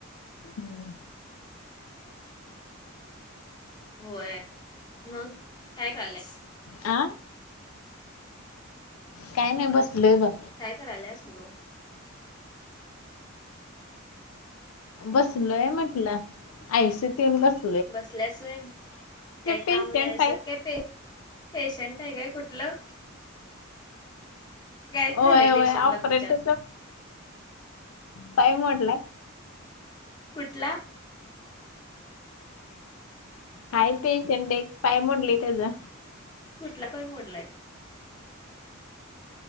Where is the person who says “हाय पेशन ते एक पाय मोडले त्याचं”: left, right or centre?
Left